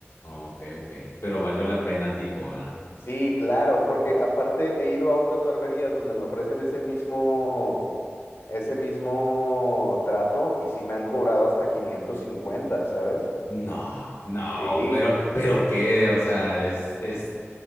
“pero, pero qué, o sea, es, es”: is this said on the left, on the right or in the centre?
Left